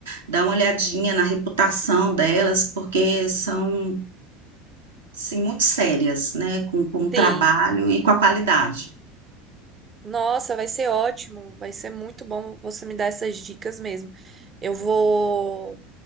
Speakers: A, on the right (about 80°); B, on the right (about 30°).
A: dar uma olhadinha na reputação delas, porque são Sim, muito sérias, né, com com o trabalho
B: Sim,
A: e com a qualidade.
B: nossa, vai ser ótimo, vai ser muito bom você me dar essas dicas mesmo. Eu vou,